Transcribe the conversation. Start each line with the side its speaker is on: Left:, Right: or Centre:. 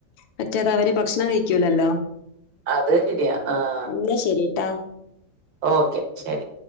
Left: മറ്റേതവര് ഭക്ഷണം കഴിക്കൂലല്ലോ
Right: അത് ശെരിയാ ആഹ്
Left: ഇന്നാ ശെരിട്ടാ
Right: ഓക്കെ ശെരി.